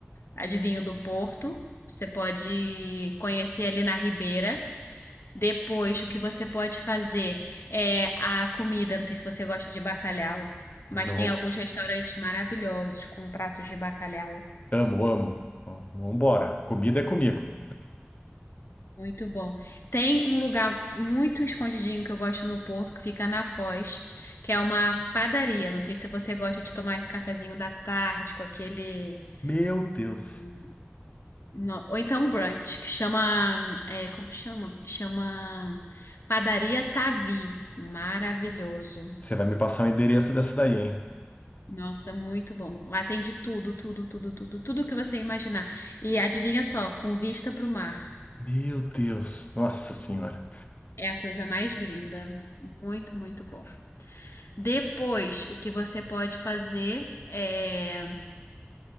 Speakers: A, on the left; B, on the left.
A: a de vinho do Porto. Você pode conhecer ali na Ribeira. Depois, o que você pode fazer é a comida. Não sei se você gosta de bacalhau, mas
B: Eu
A: tem
B: vou-
A: alguns restaurantes maravilhosos com pratos de bacalhau.
B: amo, amo. Vamos embora. Comida é comigo.
A: Muito bom. Tem um lugar muito escondidinho que eu gosto no Porto, que fica na Foz, que é uma padaria. Não sei se você gosta de tomar esse cafezinho da tarde com aquele.
B: Meu Deus.
A: hum, no- Ou então um brunch, que chama. é, como chama? Chama Padaria Tavi. Maravilhoso.
B: Você vai me passar o endereço dessa daí, hein?
A: Nossa, muito bom. Lá tem de tudo, tudo, tudo, tudo, tudo que você imaginar. E adivinha só, com vista para o mar.
B: Meu Deus. Nossa Senhora.
A: É a coisa mais linda. Muito, muito bom. Depois, o que você pode fazer é,